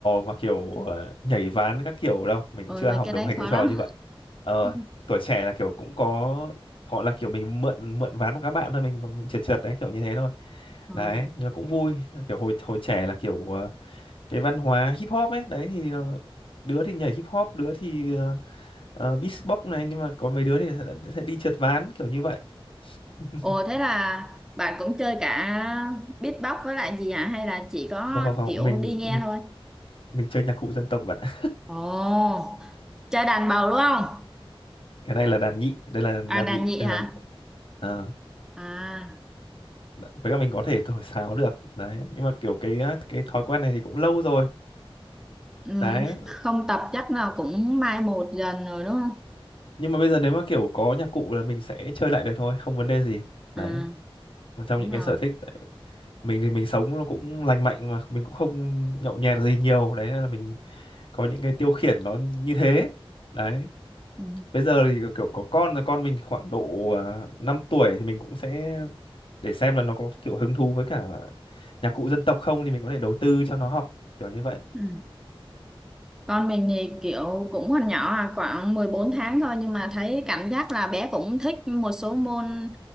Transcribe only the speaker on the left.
mà kiểu ờ, nhảy ván các kiểu đâu mình
cũng chưa
học
được
mấy cái
trò
như vậy ờ
tuổi trẻ là kiểu cũng có họ là kiểu mình mượn mượn ván của các bạn thôi mình vòng trượt trượt đấy kiểu như thế thôi
đấy nhưng mà cũng vui kiểu hồi hồi trẻ là kiểu ờ, cái văn hóa hip hop ấy đấy thì ờ, đứa thì nhảy hip hop đứa thì ờ, ờ, beatbox này nhưng mà có mấy đứa thì sẽ sẽ đi trượt ván kiểu như vậy <laughs>
không không không
mình
mình chơi nhạc cụ dân tộc bạn ạ.
<laughs> cái này là đàn nhị đây là
đàn
nhị
đây
là ờ,
đ- với cả mình có thể thổi sáo được đấy nhưng mà kiểu cái á, cái thói quen này thì cũng lâu rồi
đấy
nhưng mà bây giờ nếu mà kiểu có nhạc cụ là mình sẽ chơi lại được thôi không vấn đề gì đấy
một trong
những
cái sở thích đấy. mình thì mình sống nó cũng lành mạnh mà mình cũng không nhậu nhẹt gì nhiều đấy nên là mình có những cái tiêu khiển nó như thế đấy
bây giờ thì kiểu có con rồi con mình thì khoảng độ à, 5 tuổi thì mình cũng sẽ để xem là nó có kiểu hứng thú với cả nhạc cụ dân tộc không thì mình có thể đầu tư cho nó học kiểu như vậy